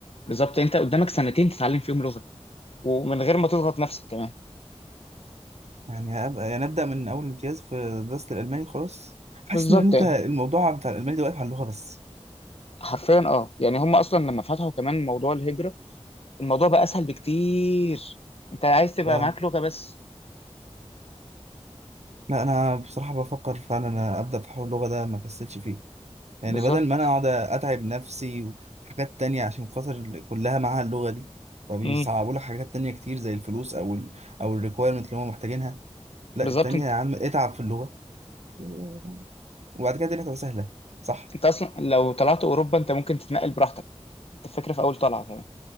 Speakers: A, on the left (about 60°); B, on the right (about 75°).
A: بالظبط انت قدامك سنتين تتعلم فيهم لغة ومن غير ما تضغط نفسك كمان
B: يعني هبقى يعني ابدأ من اول امتياز في دراسة الالماني خلاص حاسس
A: بالظبط
B: ان انت
A: يعني
B: الموضوع بتاع الالماني ده واقف على اللغة بس
A: حرفيا اه يعني هم اصلا لما فتحوا كمان موضوع الهجرة الموضوع بقى اسهل بكتير انت عايز تبقى
B: اه
A: معاك لغة بس
B: لا انا بصراحة بفكر فعلا انا ابدأ في حوار اللغة ده ما كسلش فيه يعني
A: بالظبط
B: بدل ما انا اقعد اتعب نفسي وحاجات تانية عشان خاطر ال- كلها معاها اللغة دي فبيصعبوا
A: امم
B: لك حاجات تانية كتير زي الفلوس او ال او الريكويرمنت اللي هم محتاجينها لا
A: بالظبط
B: التانية
A: انت
B: يا عم اتعب في اللغة <laughs> وبعد كده الدنيا تبقى سهله صح
A: انت اصلا لو طلعت اوروبا انت ممكن تتنقل براحتك انت الفكره في اول طلعه كمان